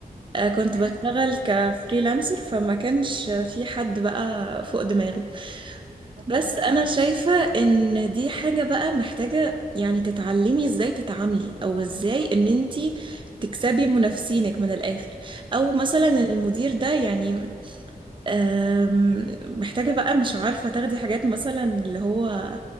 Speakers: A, on the right (about 30°); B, on the right (about 80°).
A: آه كنت
B: <laughs>
A: بشتغل كفريلانسر فما كانش في حد بقى فوق دماغي
B: طب
A: بس
B: حلوة قوي
A: انا شايفة ان دي حاجة بقى محتاجة يعني تتعلمي ازاي تتعاملي او ازاي ان انتي تكسبي منافسينك من الاخر او مثلا المدير ده يعني أم، محتاجة بقى مش عارفة تاخدي حاجات مثلا اللي هو